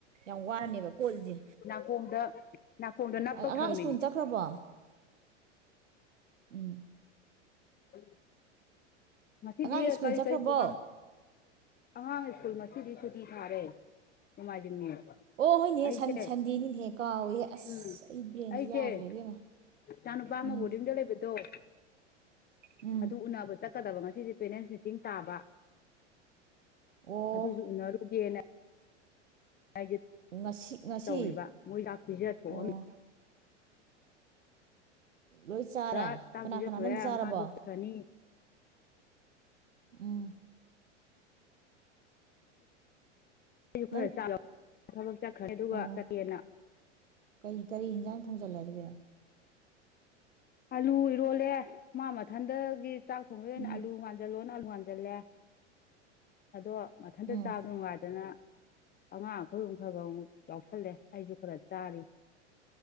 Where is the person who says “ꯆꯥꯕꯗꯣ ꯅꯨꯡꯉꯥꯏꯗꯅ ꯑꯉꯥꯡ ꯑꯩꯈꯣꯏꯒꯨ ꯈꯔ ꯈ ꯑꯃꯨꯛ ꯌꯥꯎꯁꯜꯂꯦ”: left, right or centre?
Left